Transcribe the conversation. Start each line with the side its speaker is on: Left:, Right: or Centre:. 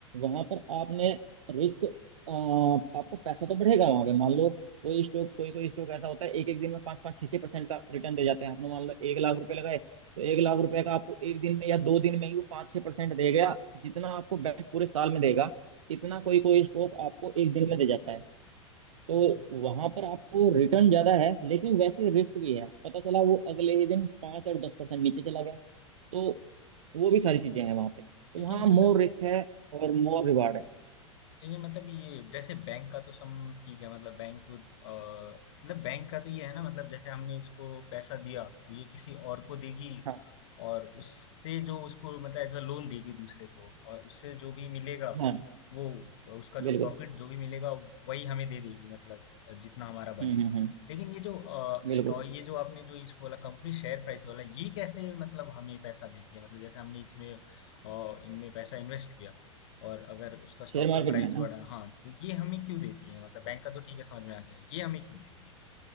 Right: वहां पर आपने रिस्क आपका पैसा तो बढ़ेगा वहां पे मान लो कोई स्टॉक कोई कोई स्टॉक ऐसा होता है एक एक दिन में पाँच पाँच छः छः परसेंट का रिटर्न दे जाते हैं आपने मान लो एक लाख रुपए लगाए तो एक लाख रुपए का आपको एक दिन में या दो दिन में ही वो पाँच छः परसेंट दे गया जितना आपको बैंक पूरे साल में देगा इतना कोई कोई स्टॉक आपको एक दिन में दे जाता है तो
Left: अच्छा।
Right: वहां पर आपको रिटर्न ज्यादा है लेकिन वैसे रिस्क भी है पता चला वो अगले ही दिन पांच और दस परसेंट नीचे चला गया तो वो भी सारी चीजें हैं वहां पे तो
Left: लेकिन
Right: वहाँ मोर
Left: मतलब
Right: रिस्क है और मोर रिवार्ड है
Left: लेकिन मतलब ये जैसे बैंक का तो सम ठीक है मतलब बैंक तो अ, मतलब बैंक का तो ये है ना मतलब जैसे हमने इसको पैसा दिया तो ये किसी और को देगी
Right: हाँ
Left: और उससे जो उसको मतलब एज अ लोन देगी दूसरे को और उससे जो भी मिलेगा
Right: हाँ
Left: वो उसका जो
Right: बिल्कुल
Left: प्रॉफिट जो भी मिलेगा वही हमें दे देगी मतलब अ, जितना हमारा
Right: हम्म
Left: बनेगा
Right: हम्म हम्म
Left: लेकिन ये जो
Right: बिल्कुल
Left: स्टॉक ये जो आपने जो इस बोला कंपनी शेयर प्राइस वाला ये कैसे मतलब हमें पैसा देती है मतलब जैसे हमने इसमें अ, इनमें पैसा इन्वेस्ट किया और अगर उसका
Right: शेयर
Left: स्टॉक
Right: मार्केट
Left: का प्राइस
Right: में ना
Left: बढ़ा हाँ तो ये हमें क्यों देती है मतलब बैंक का तो ठीक है समझ में आ गया ये हमें क्यों देती है